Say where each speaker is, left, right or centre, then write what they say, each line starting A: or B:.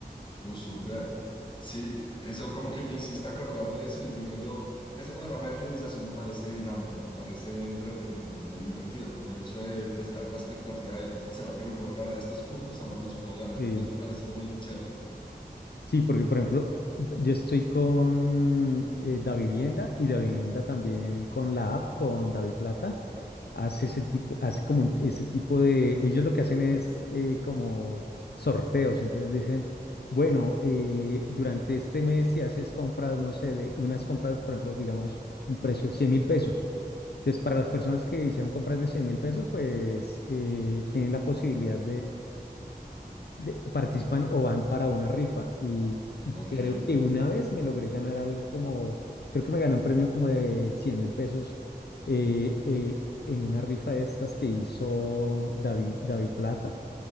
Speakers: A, on the left (about 30°); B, on the left (about 80°).
A: Uh, súper. Sí, eso como que me insiste a acordar de eso y digo yo, ese programa de fidelización me parece dinámico y me parece entretenido, como divertido, como el hecho de, de estar en la expectativa de, ¿será que me puedo ganar estos puntos o no me los puedo ganar?
B: Sí.
A: Entonces me parece muy chévere.
B: Sí, porque por ejemplo, yo estoy con eh, Davivienda y Davivienda también con la app, con DaviPlata, hace ese tipo, hace como un- ese tipo de, ellos lo que hacen es eh, como sorteos, entonces dicen, bueno, eh, durante este mes si haces compras, no sé, de unas compras, por ejemplo, digamos, un precio cien mil pesos. Entonces, para las personas que hicieron compras de cien mil pesos, pues eh, tienen la posibilidad de- participan o van para una rifa y, y
A: Ok,
B: creo que una vez me logré ganar algo como, creo que me gané un premio como de cien mil pesos eh, eh, en una rifa de estas que hizo David, David Plata.